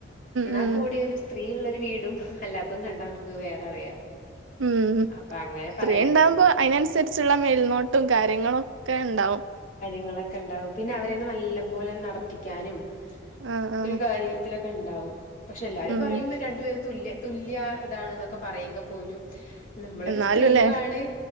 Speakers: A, on the left; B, on the right.
A: ഇന്നാ
B: ഉം
A: കൂടിയൊരു സ്ത്രീ സ്ത്രീയുള്ളൊരു വീടും അല്ലാത്തതും കണ്ടാ നമുക്ക് വേറെ അറിയാ
B: ഉം ഉം
A: അപ്പൊ അങ്ങനെ പറ
B: സ്ത്രീ ഉണ്ടകുമ്പോ അയിനനുസരിച്ചുള്ള മേൽനോട്ടവും കാര്യങ്ങളും ഒക്കെ ഇണ്ടാവും.
A: ങ്ങളൊക്കെ ഉണ്ടാവും പിന്നെ അവരേന്നെ നല്ലം പോലെ നടത്തിക്കാനും
B: ആഹ് ആഹ്
A: ഒര് കാര്യത്തിനൊ ഇണ്ടാവും പക്ഷെ എല്ലാവരും
B: ഉം
A: പറയും രണ്ടുപേരും തുല്യം തുല്യ താണ്ന്നൊക്കെ പറയെങ്കെപ്പോലും നമ്മളൊരു
B: എന്നാലുംല്ലേ
A: സ്ത്രീ ആണ്